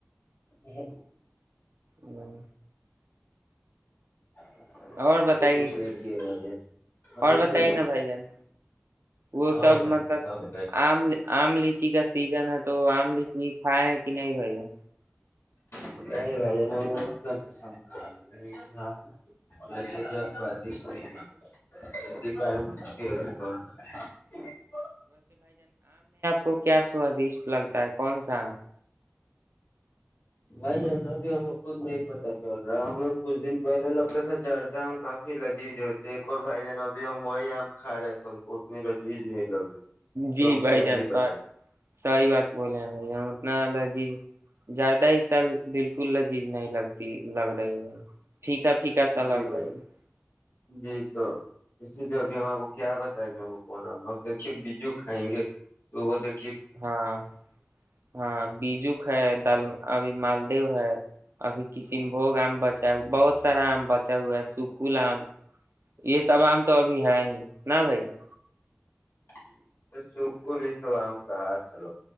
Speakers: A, on the left; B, on the right.
A: جی
B: ھم
A: <inaudible>
B: اور بتائیے
A: اھی کچھ نہیں کیا مجے ا
B: اور بتائیے
A: س
B: نا بھائی جان وہ
A: اور
B: سب
A: بھائی
B: مطلب
A: ج سب
B: آم آم لیچی کا سیزن ہے تو آم لیچی کھائے ہیں کہ نہیں بھائی جان
A: نہیں بھائی اتنا پسند اور سوادٹ نہیںتا اس کا
B: وہ کیا سواد اس لگ ہوتا ہے کون سا
A: بھائی جان اب ہمیں خود نہیں پتتا چل رہا ہے ہمیں کچھ دن پہلے لگتا تھا جردہ آم کافی لذیذ ہوتی ایک اور بھائی جان اب ہم وہی آم کھا رہے ہیں تو ہم کو اتنی لذیذ نہیں لگ رہی
B: جی
A: تو ہم
B: بھائی
A: کیا
B: جان
A: ہی
B: س
A: بتائیں
B: سی بات بولے ہیں بھائی جان اتنا الگ جی زیادہ ہی سال بالکل جیز نہیں لگتی لگ رہی بھائی پھیکا پھیکا سا لگ
A: جی بھائی
B: رہی ہے
A: جی تو اسی لیے ہم کو کیا بتائے گا ہم کون اب دیکے بجو کھائیں گے تو وہ دیک
B: ہاں ہاں بیجوک ہے دال ابھی مالدو ہے ابھی کشن بھگ آم بچا بہت سارا آم بچا ہوا ہے س پل آم یہ سب آم تو ابھی ہے ہی نہ بھائی کا
A: جی سکول ہی توم کہا چلو